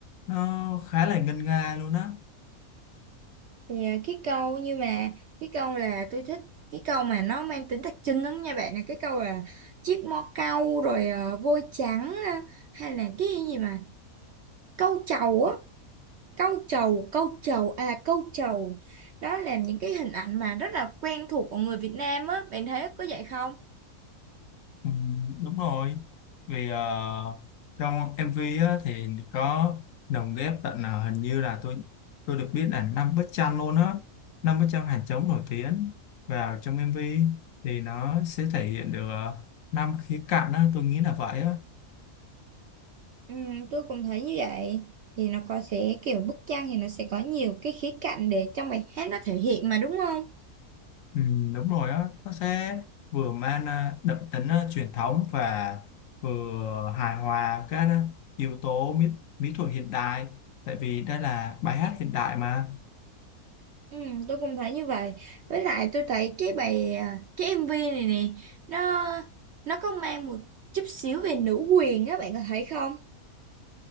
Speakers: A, on the left (about 65°); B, on the right (about 65°).
A: nó khá là ngân nga luôn á
B: thì ờ, cái câu như mà cái câu là tôi thích cái câu mà nó mang tính đặc trưng lắm nha bạn là cái câu là chiếc mõ cau rồi ờ, vôi trắng ờ, hay là cái gì mà câu trầu á câu trầu câu trầu à câu trầu đó là những cái hình ảnh mà rất là quen thuộc của người Việt Nam á bạn thấy có vậy không
A: ừ, đúng rồi vì ờ, trong MV á, thì có lồng ghép tận ờ, hình như là tôi tôi được biết là năm bức tranh luôn á năm bức tranh hàng trống nổi tiếng vào trong MV thì nó sẽ thể hiện được ờ, năm khía cạnh á tôi nghĩ là vậy á
B: Ừ, tôi cũng thấy như vậy thì nó có sẽ kiểu bức tranh thì nó sẽ có nhiều cái khía cạnh để trong bài hát nó thể hiện mà đúng không?
A: Ừ, đúng rồi á nó sẽ vừa mang à, đậm tính à, truyền thống và vừa hài hòa các à, yếu tố mỹ, mỹ thuật hiện đại tại vì đây là bài hát hiện đại mà
B: Ừ, tôi cũng thấy như vậy. Với lại tôi thấy cái bài à, cái MV này nè nó nó có mang một chút xíu về nữ quyền á bạn có thấy không?